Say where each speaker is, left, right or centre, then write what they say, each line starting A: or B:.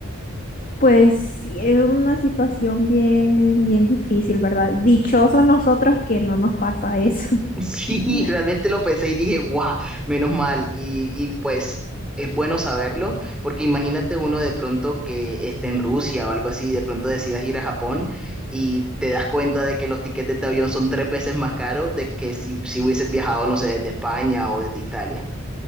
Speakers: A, on the left (about 40°); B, in the centre.
A: Pues sí, es una situación bien, bien difícil, ¿verdad? Dichosos nosotros que no nos pasa eso.
B: <laughs> Sí,
A: <laughs>
B: realmente lo pensé y dije, guau, menos mal. Y, y pues es bueno saberlo, porque imagínate uno de pronto que esté en Rusia o algo así, y de pronto decidas ir a Japón y te das cuenta de que los tiquetes de avión son tres veces más caros de que si, si hubieses viajado, no sé, desde España o desde Italia,